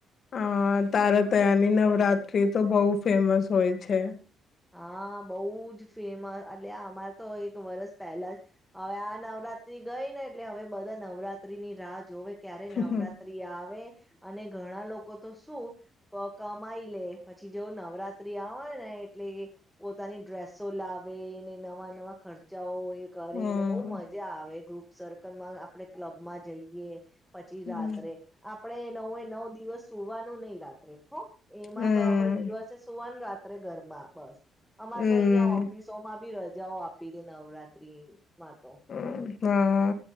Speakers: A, on the left (about 45°); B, in the centre.
A: આ તારાતયાની નવરાત્રી તો બહુ ફેમસ હોય છે.
B: હા બહુ જ ફેમ અલ્યા અમારે તો એક વરસ પહેલા જ હવે આ નવરાત્રી ગઈને એટલે હવે બધા નવ ત્રીની રાજ જોવે ક્યારે નવરાત્રી
A: હમ
B: આવે અને ઘણા લોકો તો શું પ કમાઈ લે પછી જોવું નવરાત્રી આવેય ને એટલે એ પોતાની ડ્રેસો લાવે ન નવા નવા ખર્ચાઓ <inaudible> કરે
A: હમ
B: એટલે બહુ મજા આવે ગ્રુપ સર્કલ <unintelligible> આપડે ક્લબમાં જઈએ પછી
A: હમ
B: રાત્રે આપડે નવે નવ દિવસ સુવાનું નહિ રાત્રે હો એમાં
A: હમ
B: તો આપડે દિવસે સુવાનું રાત ત્રે ગરબા બસ અમાર
A: હમ
B: તો અહિયાં ઓફિસોમાં બી ર જાઓ આપી દે નવરાત્રી <unintelligible>
A: <unintelligible> હા